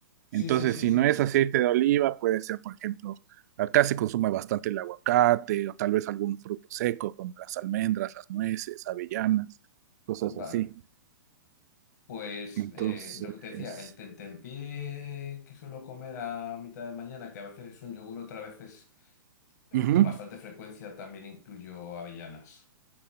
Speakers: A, on the left (about 50°); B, on the right (about 50°).
A: sí,
B: Entonces,
A: sí, sí,
B: si
A: sí.
B: no es aceite de oliva, puede ser, por ejemplo, acá se consume bastante el aguacate o tal vez algún fruto seco como las almendras, las nueces, avellanas, cosas
A: Vale.
B: así.
A: Pues
B: Entonces,
A: eh, lo que te decía, el tentempié que suelo comer a mitad de mañana, que a veces es un yogur, otras veces Eh,
B: ujú.
A: con bastante frecuencia también incluyo avellanas,